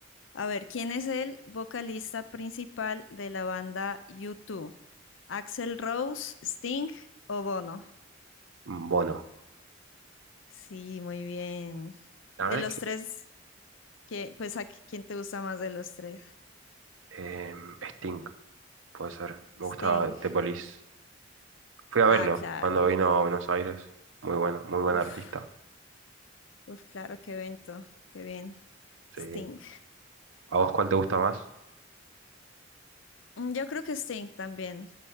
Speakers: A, on the left (about 70°); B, on the right (about 80°).
A: A ver, ¿quién es el vocalista principal de la banda U2? ¿Axel Rose, Sting o Bono?
B: Un bono.
A: Sí, muy bien.
B: La
A: De
B: verdad
A: los
B: es que
A: tres, ¿qué- pues a qui- quién te gusta más de los tres?
B: eh, Sting, puede ser. Me
A: Sting.
B: gusta The Police. Fui a
A: Ah,
B: verlo
A: claro.
B: cuando vino a Buenos Aires. Muy bueno, muy buen
A: Uf,
B: artista.
A: uf, claro, qué evento. Qué bien.
B: Sí.
A: Sting.
B: ¿A vos cuál te gusta más?
A: Mm, Yo creo que Sting también.